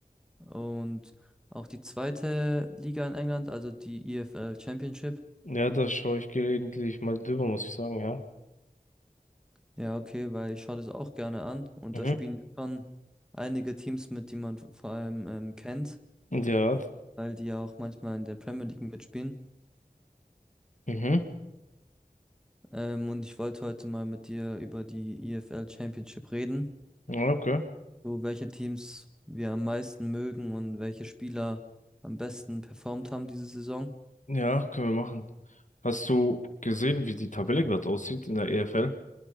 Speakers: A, in the centre; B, on the left.
A: und auch die zweite Liga in England, also die EFL Championship?
B: Ja, da schaue ich gelegentlich mal drüber, muss ich sagen, ja.
A: Ja, okay, weil ich schaue das auch gerne an und
B: Mhm.
A: da spielen ja schon einige Teams mit, die man vor allem ähm, kennt,
B: Ja,
A: weil die ja auch manchmal in der Premier League mitspielen.
B: mhm.
A: Ähm, und ich wollte heute mal mit dir über die EFL Championship reden.
B: Ja, okay.
A: so welche Teams wir am meisten mögen und welche Spieler am besten performt haben diese Saison.
B: Ja, können wir machen. Hast du gesehen, wie die Tabelle gerade aussieht in der EFL?